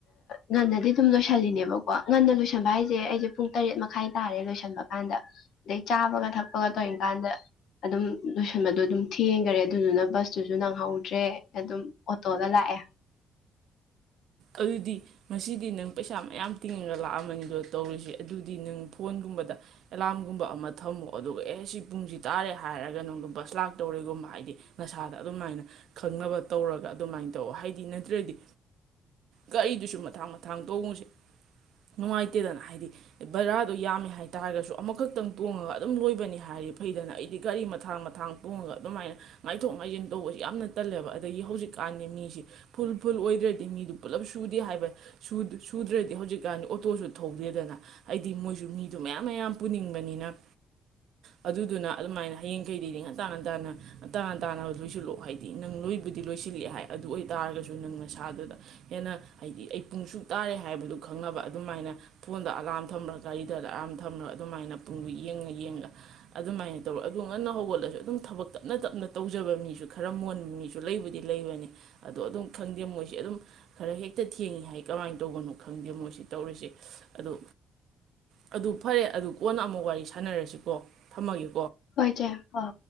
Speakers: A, on the left; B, on the right.
A: ꯉꯟꯅꯗꯤ ꯑꯗꯨꯝ ꯂꯣꯏꯁꯜꯂꯤꯅꯦꯕꯀꯣ ꯉꯟꯅ ꯂꯣꯏꯁꯟꯕ ꯍꯥꯏꯁꯦ ꯑꯩꯁꯦ ꯄꯨꯡ ꯇꯔꯦꯠ ꯃꯈꯥꯏ ꯇꯥꯔꯦ ꯂꯣꯏꯁꯟꯕ ꯀꯥꯟꯗ ꯑꯗꯩ ꯆꯥꯕꯒ ꯊꯛꯄꯒ ꯇꯧꯔꯤꯀꯥꯟꯗ ꯑꯗꯨꯝ ꯂꯣꯏꯁꯟꯕꯗꯣ ꯑꯗꯨꯝ ꯊꯤ ꯍꯦꯟꯈꯔꯦ ꯑꯗꯨꯗꯨꯅ ꯕꯁꯇꯨꯁꯨ ꯅꯪꯍꯧꯗ꯭ꯔꯦ ꯑꯗꯨꯝ ꯑꯣꯇꯣꯗ ꯂꯥꯛꯑꯦ
B: ꯑꯗꯨꯗꯤ ꯉꯁꯤꯗꯤ ꯅꯪ ꯄꯩꯁꯥ ꯃꯌꯥꯝ ꯇꯤꯡꯉꯒ ꯂꯥꯛꯑꯃꯅꯤꯗꯣ ꯇꯧꯔꯤꯁꯤ ꯑꯗꯨꯗꯤ ꯅꯪ ꯐꯣꯟꯒꯨꯝꯕꯗ ꯑꯦꯂꯥꯔꯝꯒꯨꯝꯕ ꯑꯃ ꯊꯝꯃꯣ ꯑꯗꯨꯒ ꯑꯦ ꯁꯤ ꯄꯨꯡꯁꯤ ꯇꯥꯔꯦ ꯍꯥꯏꯔꯒ ꯅꯪꯗ ꯕꯁ ꯂꯥꯛꯇꯧꯔꯤꯦꯒꯨꯝꯕ ꯍꯥꯏꯗꯤ ꯅꯁꯥꯗ ꯑꯗꯨꯃꯥꯏꯅ ꯈꯪꯅꯕ ꯇꯧꯔꯒ ꯑꯗꯨꯃꯥꯏꯅ ꯇꯧꯑꯣ ꯍꯥꯏꯗꯤ ꯅꯠꯇ꯭ꯔꯗꯤ ꯒꯥꯔꯤꯗꯨꯁꯨ ꯃꯊꯥꯡ ꯃꯊꯥꯡ ꯇꯣꯡꯉꯨꯁꯦ ꯅꯨꯡꯉꯥꯏꯇꯦꯗꯅ ꯍꯥꯏꯗꯤ ꯕꯔꯥꯗꯣ ꯌꯥꯝꯃꯦ ꯍꯥꯏꯇꯥꯥꯔꯒꯁꯨ ꯑꯃꯈꯛꯇꯪ ꯇꯣꯡꯉꯒ ꯑꯗꯨꯝ ꯂꯣꯏꯕꯅꯤ ꯍꯥꯏꯔꯤꯕ ꯍꯩꯗꯅ ꯍꯥꯏꯗꯤ ꯒꯥꯔꯤ ꯃꯊꯥꯡ ꯃꯊꯥꯡ ꯄꯨꯡꯉꯒ ꯑꯗꯨꯃꯥꯏꯅ ꯉꯥꯏꯊꯣꯛ ꯉꯥꯏꯁꯤꯟ ꯇꯧꯕꯁꯤ ꯌꯥꯝꯅ ꯇꯜꯂꯦꯕ ꯑꯗꯒꯤ ꯍꯧꯖꯤꯛꯀꯥꯟꯗꯤ ꯃꯤꯁꯦ ꯐꯨꯜ ꯐꯨꯜ ꯑꯣꯏꯗ꯭ꯔꯦꯗꯤ ꯃꯤꯗꯨ ꯄꯨꯂꯞ ꯁꯨꯗꯦ ꯍꯥꯏꯕ ꯁꯨꯗ꯭ꯔꯗꯤ ꯍꯧꯖꯤꯛꯀꯥꯟꯗꯤ ꯑꯣꯇꯣꯁꯨ ꯊꯧꯗꯦꯗꯅ ꯍꯥꯏꯗꯤ ꯃꯣꯏꯁꯨ ꯃꯤꯗꯣ ꯃꯌꯥꯝ ꯃꯌꯥꯝ ꯄꯨꯅꯤꯡꯕꯅꯤꯅ ꯑꯗꯨꯗꯨꯅ ꯑꯗꯨꯃꯥꯏꯅ ꯍꯌꯦꯡ ꯀꯩꯗꯩꯗꯤ ꯉꯟꯇꯥ ꯉꯟꯇꯥꯅ ꯉꯟꯇꯥ ꯉꯟꯇꯥꯅ ꯂꯣꯏꯁꯤꯜꯂꯛꯑꯣ ꯍꯥꯏꯗꯤ ꯅꯪ ꯂꯣꯏꯕꯨꯗꯤ ꯂꯣꯏꯁꯤꯜꯂꯛꯑꯦ ꯍꯥꯏ ꯑꯗꯨ ꯑꯣꯏꯇꯥꯥꯔꯒꯁꯨ ꯅꯪ ꯃꯁꯥꯗꯨꯗ ꯍꯦꯟꯅ ꯍꯥꯏꯗꯤ ꯑꯩ ꯄꯨꯡꯁꯨ ꯇꯥꯔꯦ ꯍꯥꯏꯕꯗꯨ ꯈꯪꯅꯕ ꯑꯗꯨꯃꯥꯏꯅ ꯐꯣꯟꯗ ꯑꯂꯝ ꯊꯝꯂꯒ ꯒꯥꯔꯤꯗ ꯂꯥꯛꯑ ꯑꯃ ꯊꯝꯃꯒ ꯑꯗꯨꯃꯥꯏꯅ ꯄꯨꯡꯗꯨ ꯌꯦꯡꯉ ꯌꯦꯡꯉ ꯑꯗꯨꯃꯥꯏꯅ ꯇꯧꯔ ꯑꯗꯨ ꯉꯟꯅ ꯍꯧꯒꯠꯂꯁꯨ ꯑꯗꯨꯝ ꯊꯕꯛ ꯇꯞꯅ ꯇꯞꯅ ꯇꯧꯖꯕ ꯃꯤꯁꯨ ꯈꯔ ꯃꯣꯟꯕ ꯃꯤꯁꯨ ꯂꯩꯕꯨꯗꯤ ꯂꯩꯕꯅꯤ ꯑꯗꯣ ꯑꯗꯨꯝ ꯈꯪꯗꯦ ꯃꯣꯏꯁꯦ ꯑꯗꯨꯝ ꯈꯔ ꯍꯦꯛꯇ ꯊꯦꯡꯉꯤ ꯍꯥꯏ ꯀꯃꯥꯏꯅ ꯇꯧꯒꯅꯣ ꯈꯪꯗꯦ ꯃꯣꯏꯁꯤ ꯇꯧꯔꯤꯁꯦ ꯑꯗꯨ ꯑꯗꯨ ꯐꯔꯦ ꯑꯗꯨ ꯀꯣꯟꯅ ꯑꯃꯨꯛ ꯋꯥꯔꯤ ꯁꯥꯟꯅꯔꯁꯤꯀꯣ ꯊꯝꯃꯒꯦ
A: ꯍꯣꯏꯗ ꯑ